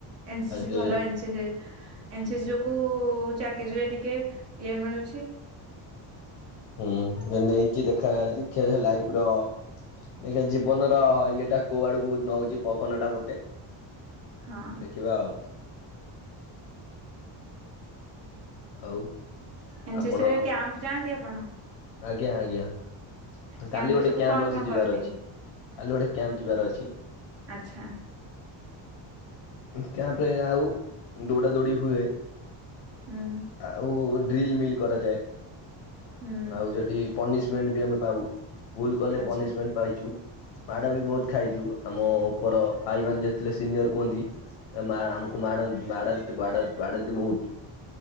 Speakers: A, on the right; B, on the left.
A: ଏନ୍ ସିସି
B: ରେ
A: ଭଲ ଏନ୍ ସିସି। ଏନ୍ ସିସି, ଯୋଗୁ ଚାକିରିରେ ଟିକେ ଇଏ ମିଳୁଛି।
B: ହୁଁ ଯେ ନେଇଚି ଦେଖା- ଦେଖିବା ଲାଇଫ୍ ର ଦେଖିବା ଜୀବନର ଇଏଟା କୋଉ ଆଡକୁ ନଉଛି ପବନ ଟା ମତେ।
A: ହଁ।
B: <unintelligible> ଆଉ। <inaudible> ଆଉ
A: ଏନ୍ସିସିରେ
B: ଆପଣ
A: କ୍ୟାମ୍ପ ଯାଆନ୍ତି ଆପଣ?
B: ଆଜ୍ଞା ଆଜ୍ଞା।
A: କ୍ୟାମ୍ପ
B: କାଲି
A: ରେ
B: ଗୋଟେ
A: ସବୁ
B: କ୍ୟାମ୍ପ
A: କଣ
B: ଅଛି,
A: କଣ
B: ଯିବାର
A: କରନ୍ତି?
B: ଅଛି କାଲି ଗୋଟେ କ୍ୟାମ୍ପ ଯିବାର ଅଛି।
A: ଆଚ୍ଛା।
B: କ୍ୟାମ୍ପରେ ଆଉ ଦୌଡ଼ା ଦୌଡ଼ି ହୁଏ।
A: ହୁଁ।
B: ଆଉ ଡ୍ରିଲ ମିଲ୍ କରାଯାଏ
A: ହୁଁ
B: ଆଉ ସେଠି ପନିସମେଣ୍ଟ ବି ଆମେ ପାଉ ଭୁଲ୍ କଲେ
A: ଆଚ୍ଛା
B: ପନିସମେଣ୍ଟ ପାଇଚୁ ମାଡ଼ ବି ବହୁତ ଖାଇଚୁ ଆମ ଉପର ଭାଇମାନେ ଯେଥିଲେ ସିନିୟର କୁହନ୍ତି ମା ଆମକୁ ମାଡ଼ନ୍ତି ମାଡ଼ନ୍ତି ବାଡ଼ାନ୍ତି ବାଡ଼ାନ୍ତି ବହୁତ।